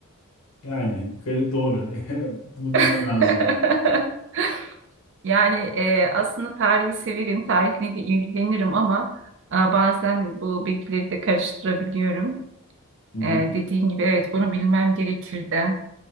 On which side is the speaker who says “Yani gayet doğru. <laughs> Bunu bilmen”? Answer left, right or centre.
Left